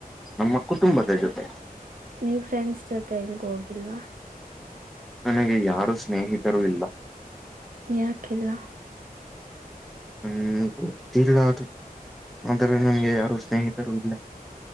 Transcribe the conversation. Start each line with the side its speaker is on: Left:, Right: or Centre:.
Centre: ನಮ್ಮ ಕುಟುಂಬದ ಜೊತೆ
Right: ನೀವ್ ಫ್ರೆಂಡ್ಸ್ ಜೊತೆ ಎಲ್ಗ ಹೋಗಿಲ್ವಾ
Centre: ನನಗೆ ಯಾರು ಸ್ನೇಹಿತರು ಇಲ್ಲ
Right: ಯಕಲ್ಲ
Centre: ಹ್ಮ್ ಗತ್ತಿಲ್ಲ. ಅದು ಆದ್ರ ನಮ್ಗೆ ಯಾರು ಸ್ನೇಹಿತರು ಇಲ್ಲ